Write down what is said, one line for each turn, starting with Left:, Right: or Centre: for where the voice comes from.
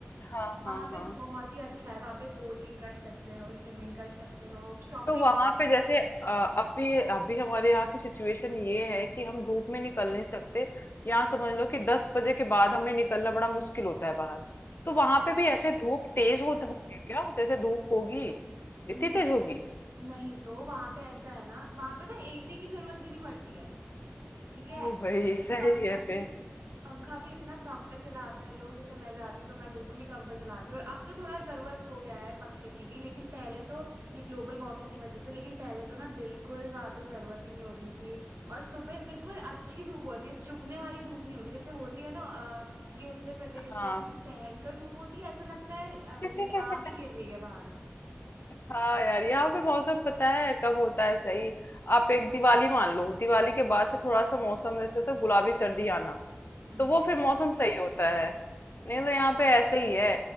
Left: हाँ
Right: वहां
Left: हाँ
Right: पे
Left: हाँ।
Right: बहुत ही अच्छा है वहां पे बोटिंग कर सकते हो स्विमिंग कर सकते हो शॉपिंग
Left: तो वहां पे जैसे अ, अभी अभी हमारे यहाँ की सिचुएशन ये है कि हम धूप में निकल नहीं सकते यहाँ समझ लो कि दस बजे के बाद हमें निकलना बड़ा मुश्किल होता है बाहर तो वहां पे भी ऐसे धूप तेज होते होंगे क्या जैसे धूप होगी इतनी
Right: हम्म
Left: तेज होगी
Right: नहीं तो वहां पे ऐसा है ना वहां पे तो एसी की जरूरत भी नहीं पड़ती है ठीक है
Left: ओ भाई
Right: वहां पे
Left: सही
Right: पंखा
Left: है
Right: भी
Left: फिर
Right: पंखा भी इतना कम पे चलाते हैं लोग जैसे मैं जाती हूँ तो मैं बिल्कुल ही कम पे चलाती हूँ और अब तो थोड़ा जरूरत हो गया है पंखे की भी लेकिन पहले तो ये ग्लोबल वार्मिंग की वजह से लेकिन पहले तो ना बिल्कुल वहां पे जरूरत ही नहीं होती थी और सुबह बिल्कुल अच्छी धूप होती है चुभने वाली धूप नहीं होती जैसे होती है ना अ, ये उत्तर प्रदेश
Left: हाँ
Right: में इतनी भयंकर धूप होती है ऐसा लगता है अ,
Left: <laughs>
Right: ये आग ही गिर रही है बाहर
Left: हाँ यार यहाँ पे मौसम पता है कब होता है सही आप एक दिवाली मान लो दिवाली के बाद से थोड़ा सा मौसम जैसे तो गुलाबी सर्दी आना
Right: हम्म
Left: तो वो फिर मौसम सही होता है नहीं
Right: हाँ,
Left: तो यहाँ पे ऐसे ही है